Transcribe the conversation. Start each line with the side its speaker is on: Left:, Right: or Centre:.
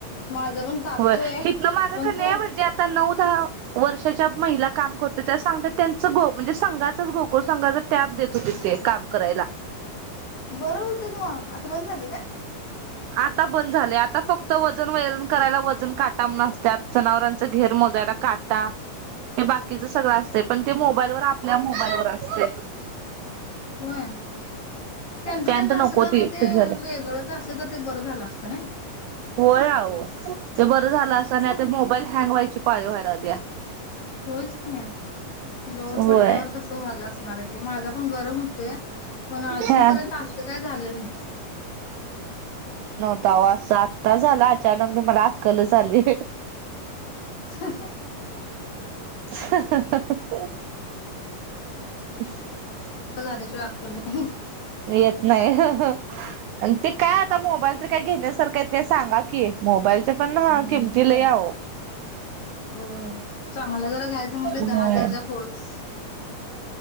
Left: माझा पण तापतोय
Right: होय हितन
Left: <inaudible>
Right: मागं
Left: पण
Right: का नाही
Left: तू, <inaudible>
Right: म्हणजे आता नऊ दहा वर्षाच्या महिला काम करत्या त्या सांगतात. त्या गोकुळ म्हणजे संघाचाच गोकुळ संघाच टॅब देत होतीत ते. काम करायला.
Left: बरं होतं कि मग आता बंद झालय काय.
Right: आता बंद झाले. आता फक्त वजन वैरण. करायला वजन काटा म्हणुन असत्यात. जनावरांच घेर मोजायला काटा. हे बाकीच सगळं असते. पण ते मोबाईल वर आपल्या मोबाईल वर असतय.
Left: होय. त्यांचं-त्यांचं
Right: पॅन्ट नको
Left: असं तर मग ते
Right: फिट झाल्या
Left: वेगळंच असतं तर ते बरं झालं असतं नई.
Right: होय आओ ते बरं झालं असतं. आता मोबाईल हँग व्हायची पाळी व्हायलागलीया.
Left: होयच की लोड
Right: होय
Left: पडल्यावर तसं झालं असणार. आहे ते माझा पण गरम होतोय. पण अजून
Right: हा
Left: पर्यंत असं काय झालेलं नाही.
Right: सव्वा-सात आता झाल अचानक ते मला आक्कलच आली.
Left: हं हंह.
Right: हं हं हंंहह. ह <unintelligible>
Left: तसं झाल्याशिवाय आक्कल येत नाही
Right: येत नाही हं हं, ते काय आता मोबाईल काय घेण्यासारख काय सांगा की मोबाईल ते पण किंमती
Left: नाहीच बा
Right: लय आवो
Left: होय चांगला जरा घ्यायचं म्हटलं
Right: होय
Left: दहा हजारच्या पुढंच